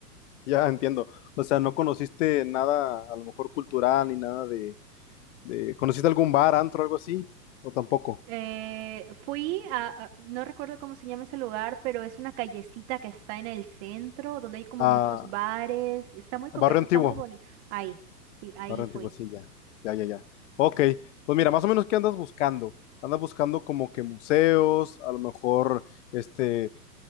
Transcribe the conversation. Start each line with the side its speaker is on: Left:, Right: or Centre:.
Left: Ya entiendo. O sea, no conociste nada, a lo mejor cultural ni nada de, de- ¿Conociste algún bar, antro, algo así? ¿O tampoco?
Right: Eh, fui a, a- no recuerdo cómo se llama ese lugar, pero es una callecita que está en el centro, donde hay como
Left: Ah,
Right: muchos bares. Está muy coqueto,
Left: barrio antiguo.
Right: está muy bonito. Ahí, sí, ahí
Left: Barrio
Right: fui.
Left: antiguo, sí, ya. Ya, ya, ya. Ok. Pues mira, más o menos, ¿qué andas buscando? Andas buscando como que museos, a lo mejor, este,